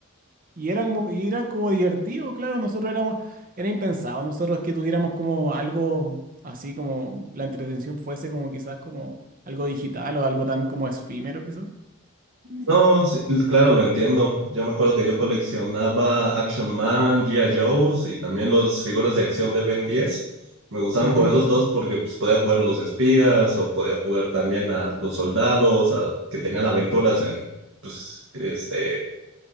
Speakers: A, on the right; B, on the right.
A: y eran, mo- y eran como divertidos, claro, nosotros éramos, era impensado, nosotros que tuviéramos como algo así como la entretención fuese como quizás como algo digital o algo tan como efímero quizás.
B: No, sí, pues, claro, lo entiendo. Yo me acuerdo que yo coleccionaba Action Man, G.I. Joes y también las figuras de acción de Ben 10. Me gustaban
A: Ujú,
B: con esos dos porque pues, podía jugar los espías o podía jugar también a los soldados a- que tenían aventuras en, pues, este,